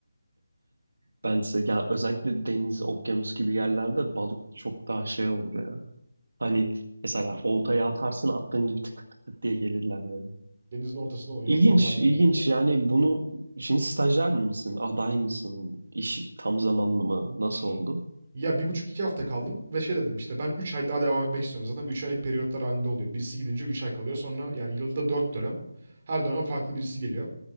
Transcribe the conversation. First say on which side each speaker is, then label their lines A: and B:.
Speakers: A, on the right; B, on the right.
A: ben size ya özellikle deniz, okyanus gibi yerlerde balık çok daha şey olur ya. Hani mesela oltaya atarsın attığın gibi tık tık tık tık diye gelirler böyle.
B: Denizin ortasına ol. Yok
A: İlginç,
B: vallahi gelmedi
A: ilginç.
B: ya.
A: Yani bunu şimdi stajyer misin, aday mısın, iş tam zamanlı mı, nasıl oldu?
B: Ya bir buçuk iki hafta kaldım ve şey dedim işte ben 3 ay daha devam etmek istiyorum. Zaten 3 aylık periyotlar halinde oluyor. Birisi gidince 3 ay kalıyor. Sonra yani yılda 4 dönem. Her dönem farklı birisi geliyor.